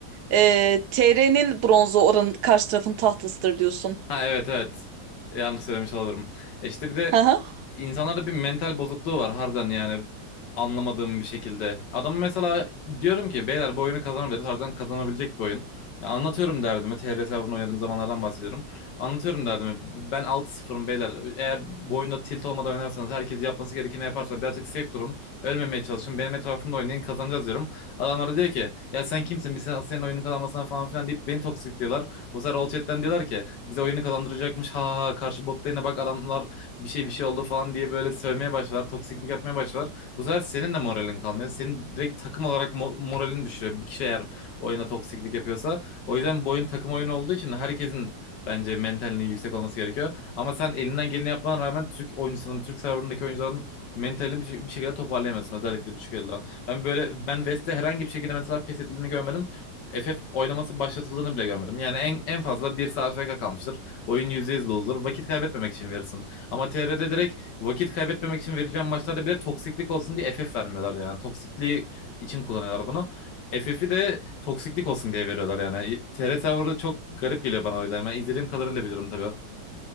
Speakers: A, on the right (about 70°); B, on the left (about 75°).
A: e, TR'nin bronzu oranın karşı tarafın tahtasıdır diyorsun.
B: Ha evet evet. Yanlış söylemiş olabilirim. E işte bir de
A: <laughs>
B: insanlarda bir mental bozukluğu var harbiden yani anlamadığım bir şekilde. Adam mesela diyorum ki beyler bu oyunu kazanabiliriz. Harbiden kazanabilecek bir oyun. Ya anlatıyorum derdimi. TR hesabını oynadığım zamanlardan bahsediyorum. Anlatıyorum derdimi. Ben 6 sıfırım beyler. Eğer bu oyunda tilt olmadan oynarsanız herkes yapması gerekeni yaparsa birazcık safe durun. Ölmemeye çalışın. Benim etrafımda oynayın kazanacağız diyorum. Adamlara diyor ki ya sen kimsin? Biz senin senin oyunun kazanmasına falan filan deyip beni toksikliyorlar. Bu sefer all chat'ten diyorlar ki bize oyunu kazandıracakmış. Ha ha ha, karşı botlarına bak adamlar bir şey bir şey oldu falan diye böyle sövmeye başlar. Toksiklik yapmaya başlar. Bu sefer senin de moralin kalmıyor. Senin direkt takım olarak mo- moralini düşürüyor. Bir kişi eğer oyuna toksiklik yapıyorsa. O yüzden bu oyun takım oyunu olduğu için herkesin bence mentalinin yüksek olması gerekiyor. Ama sen elinden geleni yapmana rağmen Türk oyuncusunun, Türk serverındaki oyuncuların mentalini bir, şey, bir şekilde toparlayamıyorsun. Özellikle düşük elde. Ben böyle ben West'te herhangi bir şekilde mesela pes edildiğini görmedim. FF oylaması başlatıldığını bile görmedim. Yani en, en fazla bir saat FK kalmıştır. Oyun %100 loser. Vakit kaybetmemek için verirsin. Ama TR'de direkt vakit kaybetmemek için verilen maçlarda bile toksiklik olsun diye FF vermiyorlar yani. Toksikliği için kullanıyorlar bunu. FF'i de toksiklik olsun diye veriyorlar yani. TR tavrı çok garip geliyor bana o yüzden. Ben izlediğim kadarıyla bilirim tabii.